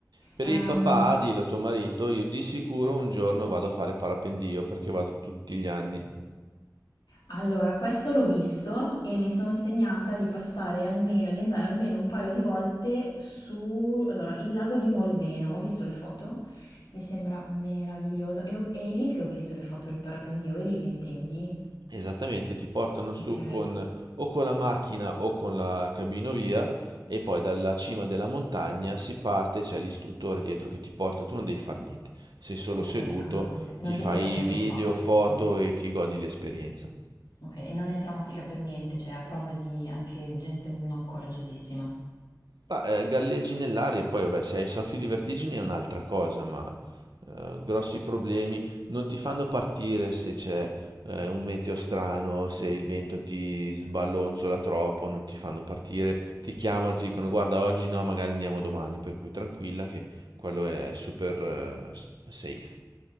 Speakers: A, on the right; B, on the left.
A: Per
B: Ehm,
A: il papà, dillo a tuo marito, io di sicuro un giorno vado a fare parapendio perché vado tutti gli anni.
B: allora, questo l'ho visto e mi sono segnata di passare almeno, di andare almeno un paio di volte su, allora, il lago di Molveno. Ho visto le foto, mi sembra meraviglioso. E ho- è lì che ho visto le foto del parapendio, è lì che intendi?
A: Esattamente, ti portano su
B: Ok,
A: con o con la macchina o con la cabinovia e poi dalla cima della montagna si parte, c'è l'istruttore dietro che ti porta, tu non devi fare niente, sei solo
B: ok,
A: seduto,
B: ah, ok. Non
A: ti fai
B: devi saperlo
A: video,
B: fare.
A: foto
B: Mm.
A: e ti godi l'esperienza.
B: Ok, e non è traumatica per niente, cioè a prova di anche gente non coraggiosissima.
A: Ma, eh, galleggi nell'aria, poi vabbè, se hai soffi di vertigini è un'altra cosa, ma eh, grossi problemi non ti fanno partire se c'è eh, un meteo strano, se il vento ti sballonzola troppo, non ti fanno partire, ti chiamano, ti dicono guarda oggi no, magari andiamo domani, per cui tranquilla che quello è super eh, s- safe.